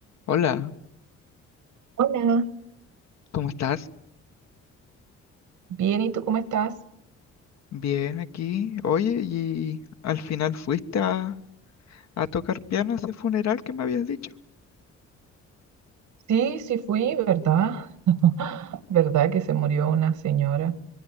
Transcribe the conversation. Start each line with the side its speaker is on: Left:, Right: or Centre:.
Left: Hola,
Right: Hola,
Left: ¿cómo estás?
Right: bien, ¿y tú cómo estás?
Left: Bien aquí. Oye, ¿y al final fuiste a, a tocar piano a ese funeral que me habías dicho?
Right: Sí, sí fui, ¿verdad? ¿Verdad que se murió una señora